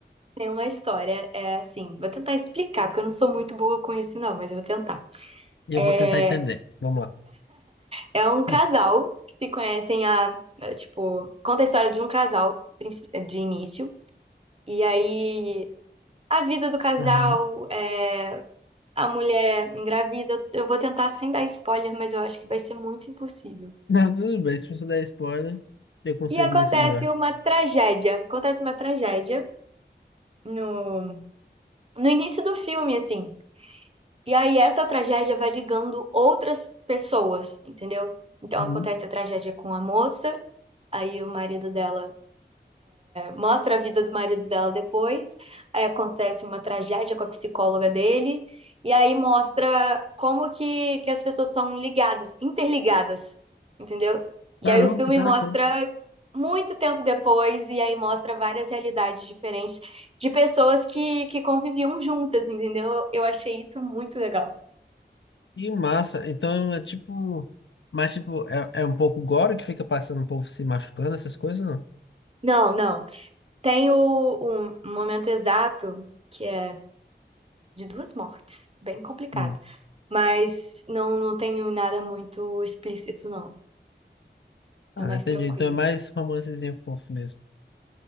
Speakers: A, on the right; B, on the left.
A: Tem uma história, é assim, vou tentar explicar, porque eu não sou muito boa com isso, não, mas eu vou tentar.
B: E
A: É,
B: eu vou tentar entender. Vamos lá.
A: é um casal
B: <laughs>
A: que se conhecem a, tipo, conta a história de um casal princi- de início. E aí a vida do casal,
B: Uhum.
A: é, a mulher engravida. Eu vou tentar sem dar spoiler, mas eu acho que vai ser muito impossível.
B: Não, tudo bem, se você der spoiler, eu consigo
A: E acontece
B: me segurar.
A: uma tragédia. Acontece uma tragédia no, no início do filme, assim. E aí essa tragédia vai ligando outras pessoas, entendeu? Então
B: Uhum.
A: acontece a tragédia com a moça, aí o marido dela Mostra a vida do marido dela depois, aí acontece uma tragédia com a psicóloga dele, e aí mostra como que, que as pessoas são ligadas, interligadas, entendeu?
B: Caramba,
A: E aí o filme
B: que interessante.
A: mostra muito tempo depois, e aí mostra várias realidades diferentes de pessoas que, que conviviam juntas, entendeu? Eu achei isso muito legal.
B: Que massa. Então é tipo. Mas tipo, é, é um pouco gore que fica passando o povo se machucando, essas coisas, não?
A: Não, não. Tem o, o momento exato, que é de duas mortes, bem complicadas.
B: Hum.
A: Mas não, não tenho nada muito explícito, não.
B: Ah,
A: É mais
B: entendi.
A: tranquilo.
B: Então é mais romancezinho fofo mesmo.